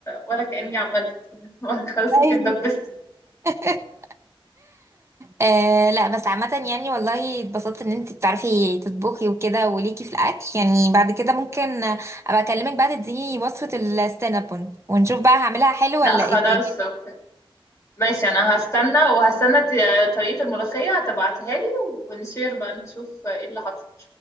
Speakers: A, on the left; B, on the right.
A: ولا كأني عملت <laughs> خلاص انت
B: ايوه
A: اتدبستي
B: <laughs> آه لا بس عامه يعني والله اتبسطت ان انت بتعرفي تطبخي وكده وليكي في الاكل يعني بعد كده ممكن ابقى اكلمك بقى تديني وصفه السينابون ونشوف بقى هعملها حلو
A: لا
B: ولا
A: خلاص
B: ايه الدنيا
A: اوكي ماشي انا هستنى وهستنى ت- طريقة الملوخية هتبعتها لي ونشير بقى نشوف ايه اللي حصل